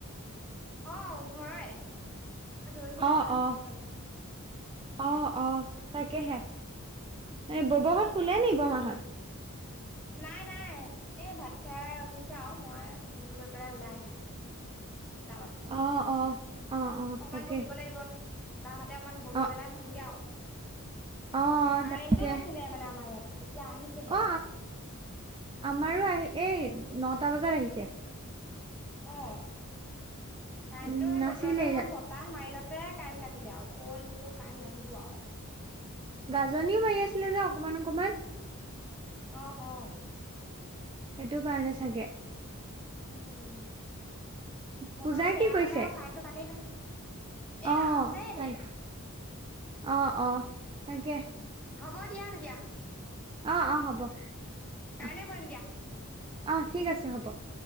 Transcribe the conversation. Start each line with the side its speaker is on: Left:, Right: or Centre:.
Centre: অ ঘৰৰে ধৰিছিলে
Right: অ
Centre: মানে
Right: অ
Centre: অথনি।
Right: অ অ তাকেহে
Centre: উম
Right: এই ব'ব হত শুলে নি বমাহত
Centre: নাই নাই এই ভাত খাই উঠিছে আৰু মই ফোনটো লৈ পেলাই ওলাই আহিছো তা লত
Right: অ অ অ অ
Centre: অকণমান
Right: তাকে
Centre: বহিব লাগিব তাহাতে অকণমান বহি
Right: অ
Centre: পেলাই শুমগে আউ
Right: অ
Centre: কাৰেণ্টটোও
Right: তাকে
Centre: নাছিলে মানে আমাৰ ইয়াত এতিয়া আহিছেহে
Right: অ আমাৰো আহি এই নটা বজাত আহিছে
Centre: অঁ কাৰেণ্টটো
Right: উম
Centre: সেই
Right: নাছিলে
Centre: বতৰটো অকণমান বট বতাহ মাৰিলতে কাইণ্ট কাটিলে আৰু গ'ল মই বোলো কইণ্ট নাহিব আউ <unintelligible>
Right: গাজনিও মাৰি আছিলে যে অকমান অকমান
Centre: অ অ
Right: সেইটো কাৰণে চাগে
Centre: উম উম বতৰটো
Right: পূজাই
Centre: বেয়া
Right: কি কৰিছে
Centre: হ'লে আৰু কাৰেণ্টটো কাটেই নহয় এয়া
Right: অ
Centre: আছে এনে
Right: তাই অ অ তাকে
Centre: উম হ'ব দিয়া তেতিয়া
Right: অ অ হ'ব
Centre: কাইলে
Right: অ
Centre: কৰিম দিয়া
Right: অ ঠিক আছে হ'ব